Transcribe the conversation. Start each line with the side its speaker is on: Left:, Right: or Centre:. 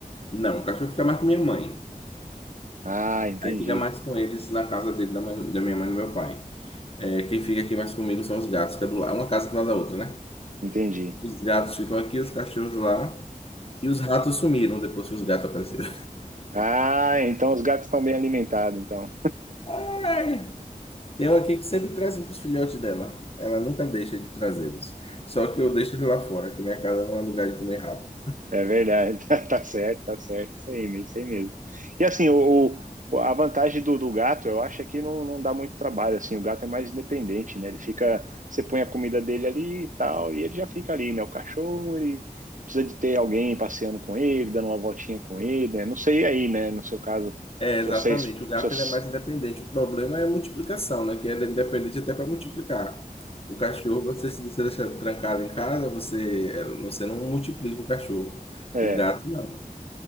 Left: Não, o cachorro fica mais com minha mãe.
Right: Ah, entendi,
Left: Aí fica mais com eles na casa dele, da, mãe- da minha mãe e do meu pai. É, quem fica aqui mais comigo são os gatos, que é do lado, uma casa do lado da outra, né?
Right: entendi.
Left: Os gatos ficam aqui, os cachorros lá. E os ratos sumiram depois que os gatos apareceram.
Right: Ah, então os gatos estão bem alimentados, então.
Left: <laughs> Ai, tem um aqui que sempre traz para os filhotes dela. Ela nunca deixa de trazê-los. Só que eu deixo ele lá fora, que minha casa não é lugar de comer rato.
Right: É verdade, <laughs> tá certo, tá certo, isso aí, isso aí mesmo. E assim, o, o- a vantagem do, do gato, eu acho é que não, não dá muito trabalho, assim, o gato é mais independente, né? Ele fica, você põe a comida dele ali e tal, e ele já fica ali, né? O cachorro, ele precisa de ter alguém passeando com ele, dando uma voltinha com ele, né? Não sei aí, né? No seu caso,
Left: É,
Right: se
Left: exatamente.
Right: vocês,
Left: O gato
Right: se vocês-
Left: ele é mais independente. O problema é a multiplicação, né? Que ele é independente até para multiplicar. O cachorro, você se você deixar trancado em casa, você, é, você não multiplica o cachorro.
Right: é,
Left: O gato, não,